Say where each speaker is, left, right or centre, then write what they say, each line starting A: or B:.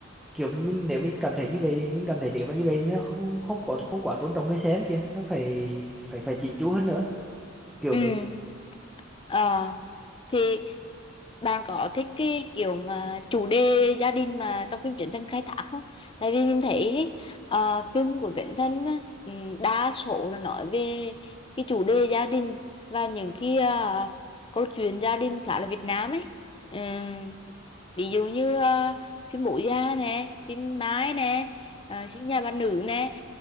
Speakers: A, in the centre; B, on the left (about 25°).
A: kiểu mình nếu mình cảm thấy như vậy mình cảm thấy nếu mà như vậy nó không không quá không quá tôn trọng người xem kìa nó phải phải phải chỉnh chu hơn nữa kiểu
B: Ừ.
A: vậy
B: ờ thì bạn có thích cái kiểu mà chủ đề gia đình mà trong phim Trấn Thành khai thác không? Tại vì mình thấy ý, ờ, phim của Trấn Thành á, ừm, đa số là nói về cái chủ đề gia đình và những cái ờ, câu chuyện gia đình khá là Việt Nam ấy. Ừm, ví dụ như ờ, phim Bố Già nè, phim Mái nè, ờ, phim Nhà Bà Nữ nè.